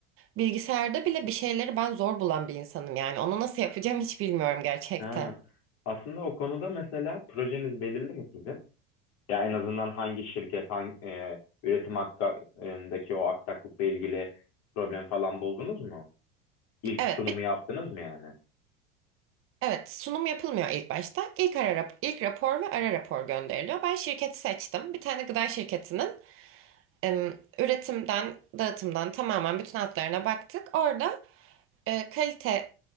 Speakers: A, on the right; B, on the left.
A: bilgisayarda bile bir şeyleri ben zor bulan bir insanım yani onu nasıl yapacağım hiç bilmiyorum gerçekten.
B: Ha. Aslında o konuda mesela projeniz belirli mi sizin? Ya en azından hangi şirket, hangi e, üretim hakkındaki o aksaklıkla ilgili problem falan buldunuz mu? İlk
A: Evet,
B: sunumu
A: bir,
B: yaptınız mı yani?
A: evet sunum yapılmıyor ilk başta. İlk ara rap- ilk rapor ve ara rapor gönderiliyor. Ben şirketi seçtim. Bir tane gıda şirketinin em, üretimden, dağıtımdan tamamen bütün hatlarına baktık. Orada e, kalite